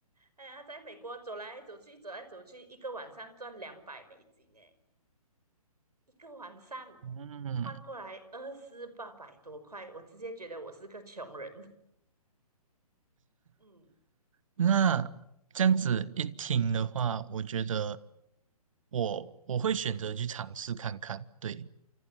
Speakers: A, on the right; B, on the right.
A: 哎呀，他在美国走来走去，走来走去，一个晚上赚两百美金，哎，一个晚上
B: 嗯，
A: 换过来二四八百多块，我直接觉得我是个穷人，<laughs> 嗯
B: 那这样子一听的话，我觉得我我会选择去尝试看看，对，